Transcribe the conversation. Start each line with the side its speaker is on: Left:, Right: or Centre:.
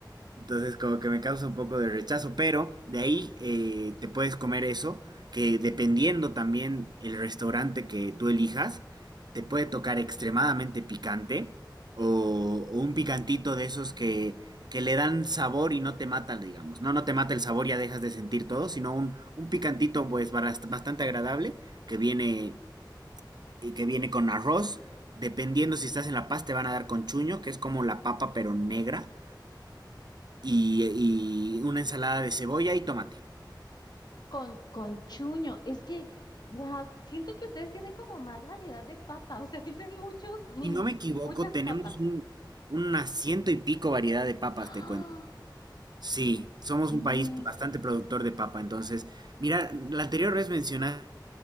Right: Entonces, como que me causa un poco de rechazo, pero de ahí eh, te puedes comer eso, que dependiendo también el restaurante que tú elijas, te puede tocar extremadamente picante o, o un picantito de esos que, que le dan sabor y no te matan, digamos. No, no te mata el sabor, ya dejas de sentir todo, sino un, un picantito pues baras- bastante agradable que viene, y que viene con arroz. Dependiendo si estás en La Paz, te van a dar con chuño, que es como la papa pero negra y, y una ensalada de cebolla y tomate.
Left: Con, con chuño, es que, wow, siento que ustedes tienen como más variedad de papa, o sea, <laughs> tienen muchos, mm,
Right: Si no me equivoco,
Left: muchas
Right: tenemos
Left: papas.
Right: un, una ciento y pico variedad de papas,
Left: ¡Ah!
Right: te cuento. Sí, somos
Left: No,
Right: un país bastante productor de papa, entonces, mira, la anterior vez mencionaste,